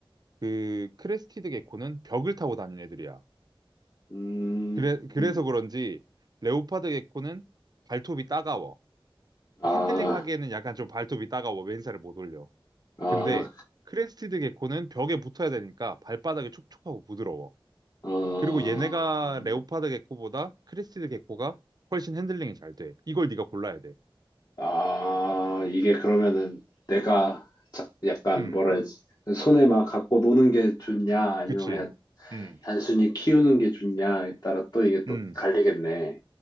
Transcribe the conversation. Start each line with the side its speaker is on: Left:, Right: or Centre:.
Right: 그 크레스티드 개코는 벽을 타고 다니는 애들이야.
Left: 음,
Right: 그래, 그래서
Left: 음.
Right: 그런지 레오파드 개코는 발톱이 따가워.
Left: 아,
Right: 핸들링 하기에는 약간 좀 발톱이 따가워. 왼살을 못 올려.
Left: 아,
Right: 근데 크레스티드 개코는 벽에 붙어야 되니까 발바닥이 촉촉하고 부드러워.
Left: 어,
Right: 그리고 얘네가 레오파드 개코보다 크레스티드 개코가 훨씬 핸들링이 잘 돼. 이걸 네가 골라야 돼.
Left: 아, 이게 그러면은 내가 자- 약간
Right: 음,
Left: 뭐라 해야지, 손에 막 갖고 노는 게 좋냐, 아니면
Right: 그치.
Left: 그냥
Right: 음,
Left: 단순히 키우는 게 좋냐에 따라 또 이게 또
Right: 음.
Left: 갈리겠네.